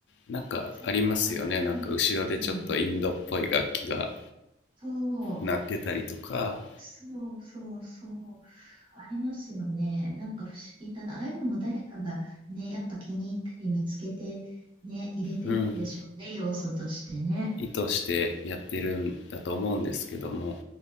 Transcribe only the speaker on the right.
そっか、うん。うん。そう。
そうそうそう。ありますよね。なんか不思議だな。ああいうのも誰かがね、やっぱ気に入ったり見つけてね、入れてるんでしょうね、
要素としてね。